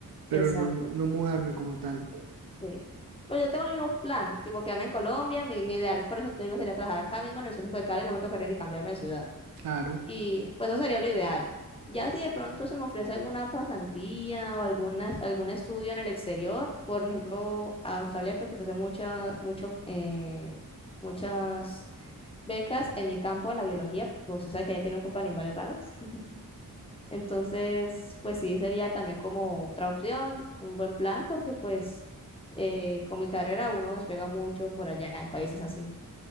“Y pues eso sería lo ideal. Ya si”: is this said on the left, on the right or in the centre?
Left